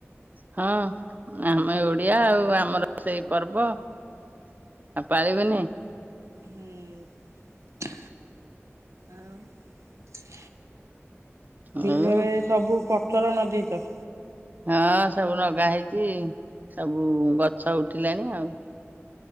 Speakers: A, on the right (about 35°); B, on the right (about 85°).
A: ହଁ ଆମେ ଓଡିଆ ଆଉ ଆମର ସେଇ ପର୍ବ ଆଉ ପାଳିବେନି।
B: ହୁଁ ଆଉ
A: ଆଉ
B: ବିଲରେ ସବୁ ଫଚର ନଦେଇଛ।
A: ହଁ ସବୁ ଲଗା ହେଇଛି ସବୁ ଗଛ ଉଠିଲାଣି ଆଉ।